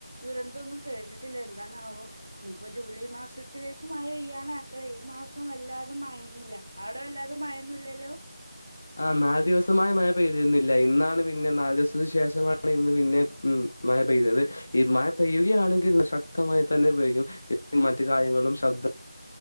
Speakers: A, on the right; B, on the left.
A: ദുരന്തോന്നും കേട്ടിട്ടില്ല എന്തണാവോ ഞിപ്പോ ജൂലൈ മാസത്തിലേക്ക് മഴെയ്യാനക്കരെ ഈ മാസം വല്ലാതെ മയെന്നുല്ല അവ്ട വല്ലാതെ മയന്നുല്ലല്ലോ
B: ആഹ് നാല് ദിവസമായ മഴ പെയ്തിരുന്നില്ല ഇന്നാണ് പിന്നെ നാല് ദിവസത്തി ശേഷമാണ് ഇന്ന് പിന്നെ ഉം മഴ പെയ്തെ അത് ഈ മഴ പെയ്യുകയാണെങ്കിൽ ശക്തമായി തന്നെ പെയ്യും ഇ മറ്റു കാര്യങ്ങളും ശബ്ദം